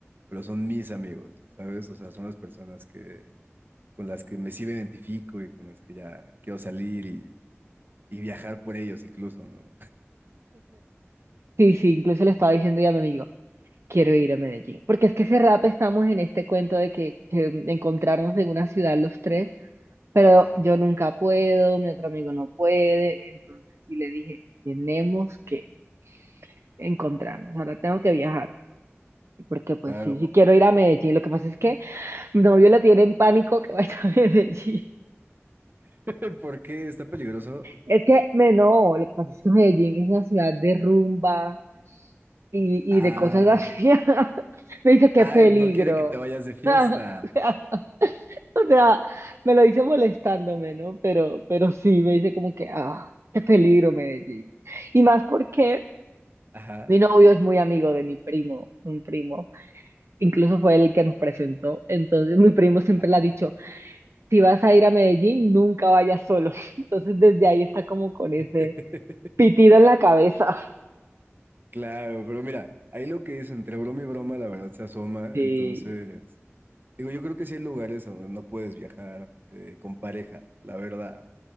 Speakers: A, on the right; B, on the right.
A: pero son mis amigos, ¿sabes? O sea, son las personas que, con las que me sí me identifico y con las que ya quiero salir y, y viajar por ellos incluso, ¿no?
B: Sí, sí, incluso le estaba diciendo ya a mi amigo. Quiero ir a Medellín, porque es que hace rato estamos en este cuento de que, que encontrarnos en una ciudad los tres, pero
A: Ajá,
B: yo nunca puedo, mi otro amigo no puede, entonces sí le dije, tenemos que encontrarnos, ahora tengo que viajar, porque pues
A: claro.
B: sí, sí quiero ir a Medellín, lo que pasa es que mi novio le tiene en pánico que vaya a <laughs> Medellín.
A: <laughs> ¿Por qué está peligroso?
B: Es que, me, no, lo que pasa es que Medellín es una ciudad de rumba y,
A: Ah,
B: y de cosas así. <laughs> Me dice, qué
A: ah,
B: peligro.
A: no quiere que te vayas de fiesta.
B: <laughs> O sea, me lo dice molestándome, ¿no? Pero, pero sí, me dice como que, ah, qué peligro Medellín. Y más porque
A: Ajá.
B: mi novio es muy amigo de mi primo, un primo, incluso fue el que nos presentó. Entonces mi primo siempre
A: Ah,
B: le
A: ok.
B: ha dicho, si vas a ir a Medellín, nunca vayas solo. <laughs> Entonces desde ahí está como con ese
A: <laughs>
B: pitido en la cabeza.
A: Claro, pero mira, ahí lo que dicen, entre broma y broma, la verdad se asoma.
B: Sí,
A: Entonces, digo, yo creo que sí hay lugares a donde no puedes viajar eh, con pareja, la verdad.